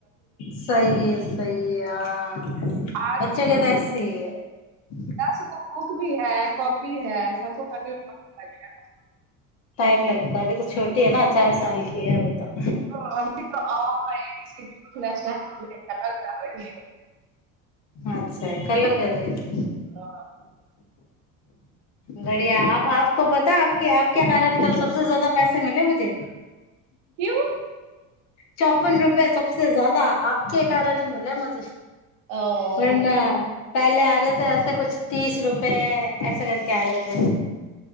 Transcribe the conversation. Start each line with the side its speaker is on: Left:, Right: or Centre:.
Left: सहिए सहिए हँ
Right: आठ
Left: बच्चाके तऽ <unintelligible>
Right: दस गो बुक भी है कॉपी है सबको करने मे मन लगेगा न
Left: टाइम लगताै अभी तऽ छोटी हइ न चार साल कै अभी तऽ
Right: हँ अभि तऽ अ आ ए ऐ ए बी सी डी लिखनैय स्टाट केलक अभि कलर रहल छै
Left: अच्छा कलर कैर रहल छै
Right: हँ
Left: बढ़िया हाथ आब आपको पता आपकी आपके कारण कल सबसे ज्यादा पैसे मिले मुझे
Right: क्यू
Left: चौपन रुपए सबस ज्यादा आपके कारण ही मिले मुझे
Right: ओ
Left: वरणा पहले आ रहे थे ऐसा कुछ तीस रुपे ऐसा कर के आ जेतै